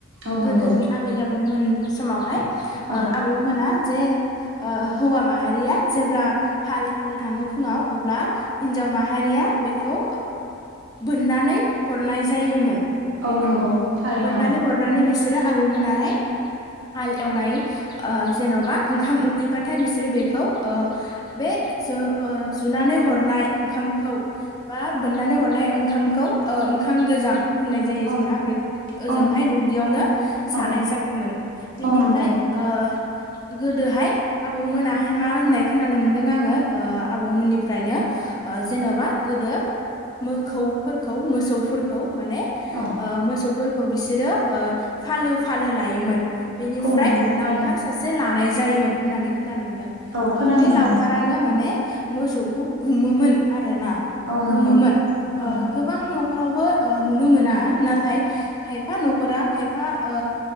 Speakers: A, on the right; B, on the left.
A: औ
B: गोदोनि
A: नंगौ
B: आबै आबौ आबौमोन समावहाय ओ
A: औ
B: आबौमोना जे हौवा माहारिया जेब्ला हाल एवनो थाङो फुङाव अब्ला हिनजाव माहारिया ओ बेखौ बोननानै हरनाय जायोमोन।
A: औ
B: बेखौ
A: नंगौ थारैनो
B: मोननानै हरनानै बिसोरो आबौ मोनाहाय हाल एवनाय ओ जेन'बा ओंखाम उखैबाथाय बिसोरो बेखौ ओ बे जो ओ जुनानै हरनाय ओंखामखौ बा बोननानै हरनाय ओंखामखौं ओ खाम गोजां। होननाय जायो
A: औ
B: जोंना
A: नंगौ
B: बेखौ ओजोंहाय
A: औ नंगौ
B: दुब्लियावनो जानाय
A: औ
B: जायोमोन बेनिफ्राय
A: औ नंगौ
B: ओ। गोदोहाय आबौमोनाहाय मा होननाय खोनानो मोनदों आङो ओ आबौमोननिफ्रायनो जेन'बा गोदो मोसौफोरखौ मोसौ खौ माने
A: औ
B: ओ मोसौफोरखौ बिसोरो ओ फालो फालो लायोमोन बेनिफ्राय
A: औ नंगौ थारैनो
B: लावखार सासे लानाय जायोमोन होननानै खोनानो मोनदों
A: औ खोनानो
B: ओ बे
A: मोनदों
B: लावखारानो माने मोसौखौ गुमोमोन आरो ना
A: औ नंगौ
B: गुमोनमोन
A: औ
B: ओ गोबां न'खरावबो ओ नुनो मोना नाथाय खायफा न'खरा खायफा ओ